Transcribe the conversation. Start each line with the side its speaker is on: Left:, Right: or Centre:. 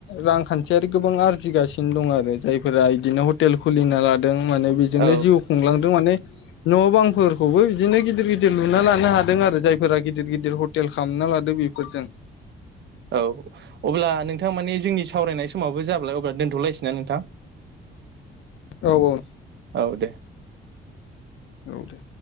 Left: रांखान्थियारि गोबां आरजिगासिनो दं आरो जायफोरा इदिनो हटेल खुलिना ला दों माने बिजोंनो
Right: औ
Left: जिउ खुंलांदों माने न' बांफोरखौबो बिदिनो गिदिर गिदिर लुना लानो हादों आरो जायफोरा गिदिर गिदिर हटेल खामना ना लादों बेफोरजों
Right: औ अब्ला नोंथां माने जोंनि सावरायनाय समावबो जाब्लाय अब्ला दोनथ'लायसै ना नोंथां
Left: औ औ
Right: औ दे
Left: औ दे